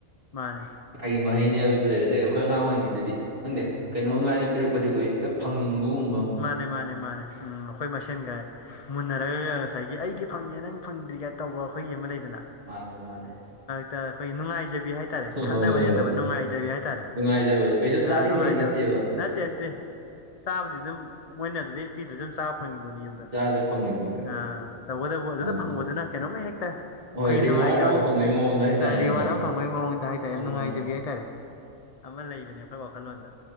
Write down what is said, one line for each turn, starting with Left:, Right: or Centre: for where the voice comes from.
Left: ꯃꯥꯅꯦ꯫
Right: ꯂꯥꯏꯒꯤ ꯃꯍꯩꯅꯦ ꯍꯥꯏꯕꯁꯤ ꯂꯩꯔꯦ ꯑꯗꯩ ꯑꯩꯈꯣꯏ ꯑꯉꯥꯡ ꯑꯣꯏꯔꯤꯉꯩꯗꯗꯤ
Left: ꯎꯝ
Right: ꯈꯪꯗꯦ ꯀꯩꯅꯣ ꯃꯥꯏꯅ ꯄꯤꯔꯛꯄꯁꯦ ꯑꯈꯣꯏ ꯍꯦꯛꯇ ꯐꯪꯅꯤꯡꯕꯒꯨꯝ
Left: ꯃꯥꯅꯦ ꯃꯥꯅꯦ ꯃꯥꯅꯦ ꯎꯝ ꯑꯩꯈꯣꯏ ꯃꯁꯦꯟꯒꯥꯏ ꯃꯨꯟꯅꯔꯒ ꯉꯁꯥꯏꯒꯤ ꯑꯩꯗꯤ ꯐꯪꯉꯦ ꯅꯪ ꯐꯪꯗ꯭ꯔꯤꯒꯥꯏ ꯇꯧꯕ ꯑꯩꯈꯣꯏꯒꯤ ꯑꯃ ꯂꯩꯗꯅ꯫
Right: ꯃꯥꯅꯦ ꯃꯥꯅꯦ꯫
Left: ꯇ ꯑꯈꯣꯏ ꯅꯨꯡꯉꯥꯏꯖꯕꯤ ꯍꯥꯏꯇꯥꯔꯦ ꯈꯠꯅꯕꯗꯤ
Right: ꯍꯣꯏ ꯍꯣꯏ
Left: ꯅꯠꯇꯕ ꯅꯨꯡꯉꯥꯏꯖꯕꯤ ꯍꯥꯏꯇꯥꯔꯦ
Right: ꯅꯨꯡꯉꯥꯏꯖꯕꯗꯣ ꯀꯩꯁꯨ
Left: ꯁ
Right: ꯆꯥꯅꯤꯡꯕꯩ
Left: ꯑ ꯅꯨꯡꯉꯥꯏꯖꯕꯗꯣ꯫
Right: ꯅꯠꯇꯦꯕ
Left: ꯅꯠꯇꯦ-ꯅꯠꯇꯦ ꯆꯥꯕꯗꯤ ꯑꯗꯨꯝ ꯃꯣꯏꯅ ꯂꯦꯞꯄꯤꯗꯨꯁꯨ ꯑꯗꯨꯝ ꯆꯥꯕ ꯐꯪꯉꯤꯕꯅꯤ ꯌꯨꯝꯗ
Right: ꯆꯥꯗ ꯐꯪꯉꯤ ꯄꯣꯠꯅꯦꯕ
Left: ꯑ ꯇꯧꯕꯗꯕꯨ ꯑꯗꯨꯗ
Right: ꯎꯝ.
Left: ꯐꯪꯕꯗꯨꯅ ꯀꯩꯅꯣꯝꯃ ꯍꯦꯛꯇ
Right: ꯍꯣꯏ
Left: ꯈꯣꯏꯒꯤ
Right: ꯔꯤꯋꯥꯔꯗ
Left: ꯅꯨꯡꯉꯥꯏꯖꯕꯗꯣ
Right: ꯑꯃ ꯐꯪꯕꯒꯤ ꯃꯑꯣꯡꯗ ꯍꯥꯏꯇꯥꯔꯦ
Left: ꯔꯤꯋꯥꯔꯗ
Right: ꯅꯠꯇ꯭ꯔꯥ
Left: ꯑꯃ ꯐꯪꯕꯒꯤ ꯃꯑꯣꯡꯗ ꯍꯥꯏꯇꯥꯔꯦ
Right: ꯑꯗꯨꯅ
Left: ꯌꯥꯝ ꯅꯨꯡꯉꯥꯏꯖꯕꯤ ꯍꯥꯏꯇꯥꯔꯦ꯫ ꯑꯃ ꯂꯩꯕꯅꯦ ꯑꯩꯈꯣꯏ ꯋꯥꯈꯜꯂꯣꯟꯗ꯫